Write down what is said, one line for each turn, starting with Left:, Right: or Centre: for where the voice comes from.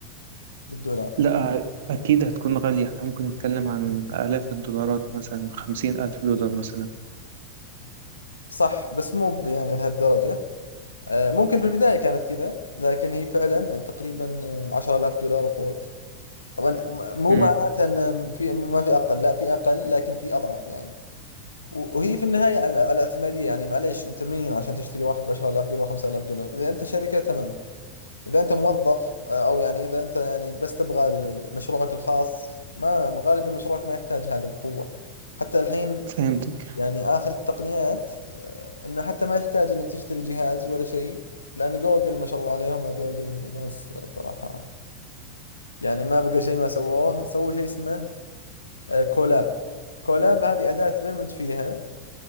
Left: بالدولار
Right: لا أكيد هتكون غالية احنا ممكن نتكلم عن آلاف الدولارات مثلا بخمسين ألف دولار مثلا
Left: صح بس مو ب- يعني لهالدرجة أه، ممكن في البداية كانت كذا لكن هي فعلا تقريبا عشرة آلاف دولار وفوق طبعا م- مو
Right: امم
Left: معناتها أن في ما في أقل لا في أقل لكن في أضعف يعني و- وهي في النهاية على على اعتمادية يعني معليش أنت مين عشان تشتري واحد ب 10000 دولار 5000 دولار إذا أنت شركة تمام إذا أنت موظف آه، أو يعني إذا أنت يعني بس تبغى ال- مشروعك الخاص ما غالبا مشروعك ما يحتاج هذه القوة حتى الحين
Right: فهمتك
Left: يعني آخر التقنيات آه، إنه حتى ما يحتاج إنك تشتري جهاز ولا شيء لأن جوجل ما شاء الله عليهم هذول ناس صراحة يعني ما بقى شيء ما سووه سووا شيء اسمه آه، كولاب كولاب هذه أداة تبرمج فيها